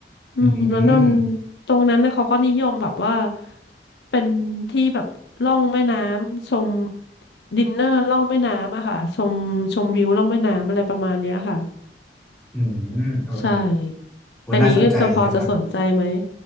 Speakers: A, on the left (about 70°); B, in the centre.
A: อืมแล้วนน
B: อืม
A: ตรงนั้นนะเขาก็นิยมแบบว่าเป็นที่แบบล่องแม่น้ำชมดินเนอร์ล่องแม่น้ำอะค่ะชมชมวิวล่องแม่น้ำอะไรประมาณเนี้ยค่ะ
B: อืมโอ้
A: ใช่
B: โหน่าสนใจเลยครับ
A: อันนี้ก็จะพอจะสนใจไหม